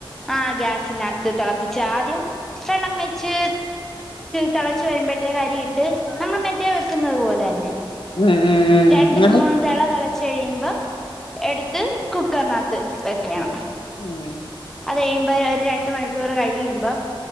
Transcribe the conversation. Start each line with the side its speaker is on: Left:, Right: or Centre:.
Centre: ആഹ ഗ്യാസിനകത്ത് തിളപ്പിച്ച് ആദ്യം വെള്ളം വെച്ച് തിളച്ച വരുമ്പോഴത്തെക്ക് അരി ഇട്ട് നമ്മൾ മെറ്റേ വെക്കുന്നത് പോലെ തന്നെ
Left: ഉം ഉം
Centre: രണ്ട്
Left: ഉം ഉം
Centre: മൂന്ന് തള തള ചഴിയുമ്പോ എടുത്ത് കുക്കറിനകത്ത് വെക്കണം
Left: ഉം
Centre: ചെയ്യുമ്പഴേ രണ്ട് മണിക്കൂറ് കഴിയുമ്പൊ